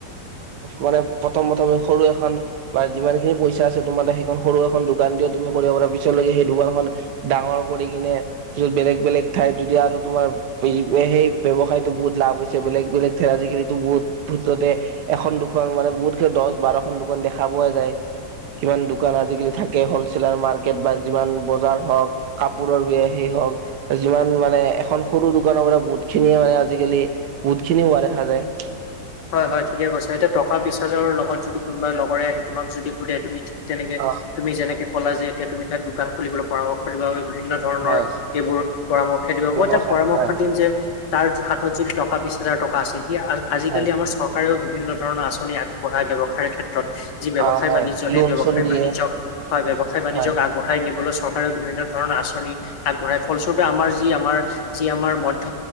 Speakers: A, on the right; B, on the left.
A: মানে প্ৰথম প্ৰথম সৰু এখন বা যিমান খিনি পইচা <unintelligible> তোমাৰ সেইখন সৰু এখন দোকান দিয়া তুমি কৰিব পাৰা পিছলৈকে সেই দোকানখন ডাঙৰ কৰি কিনে পিত বেলেগ বেলেগ ঠাইত যদি আৰু তোমাৰ সেই ব্য়সায়তো বহুত লাভ হৈছে বেলেগ বেলেগ ঠাইত আজিকালি বহুত ভতে এখন দুখন মানে বহুতকে দহ বাৰখন দুখন দেখা পোৱা যায় <unintelligible> সমান দোকান আজিকালি থাকে হলচেলাৰ মাৰ্কেট বা যিমান বজাৰ হওক কাপোৰৰ সেই হওক যিমান মানে এখন সৰু দোকানৰ পৰা বুত খিনিয়ে মানে আজিকালি বহুতখিনি হোৱা দেখা যায় <unintelligible>
B: হয় হয় ঠিকে কৈছে এতিয়া টকা বিচ হাজৰ লগত যদি কোনোবাই লগৰে আহি তোমাক যদি সোধে তুমি <unintelligible> তেনেকে
A: অ
B: তুমি যেনেকে কলা যে এতিয়া তুমি তাত দোকান খুলিবলৈ পৰামৰ্শ দিবা বিভিন্ন ধৰণৰ
A: হয়
B: এইবোৰ পৰামৰ্শ দিবা
A: ব্যৱসায়
B: মই তাক পৰামৰ্শ
A: হয়
B: দিম যে তাৰ হাতত যদি টকা বিশ হাজাৰ টকা আছে সিয় <unintelligible> কালি
A: হয়
B: আমাৰ চৰকাৰেও বিভিন্ন ধৰণৰ আঁচনি আগবঢ়ায় ব্যৱসায়ৰ ক্ষেত্ৰত যি ব্যৱসায়
A: অ হয়
B: বাণিজ্য সেই
A: লোন
B: ব্যৱসায়
A: চোন দিয়ে
B: বাণিজ্যক হয় বিৱসায় বাণিজ্যক
A: হয়
B: আগবঢ়াই নিবলৈ চৰকাৰে বিভিন্ন ধৰণৰ আঁচনি আগবঢ়ায় ফলস্বৰূপে আমাৰ যি আমাৰ যি আমাৰ মধ্য